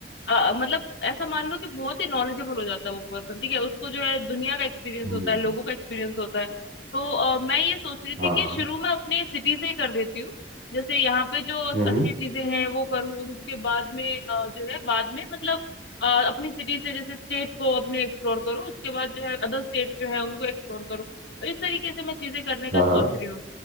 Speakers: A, on the left; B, on the right.
A: अ, मतलब ऐसा मान लो कि बहुत ही नॉलेजेबल हो जाता है वो पर्सन ठीक है उसको जो है दुनिया का एक्सपीरियंस
B: हम्म,
A: होता है लोगों का एक्सपीरियंस होता है तो अ, मैं ये सोच रही थी
B: हाँ
A: कि
B: हाँ
A: शुरू में अपने सिटी से ही कर देती हूँ जैसे यहाँ पे जो
B: हम्म
A: अच्छी चीजें हैं वो करूँ और उसके बाद में अ, जो है बाद में मतलब अ, अपनी सिटी से जैसे स्टेट को अपने एक्सप्लोर करूँ उसके बाद जो है अदर स्टेट जो है उनको एक्सप्लोर करूँ तो इस तरीके से मैं चीजें करने का
B: हाँ
A: सोच
B: हाँ
A: रही हूँ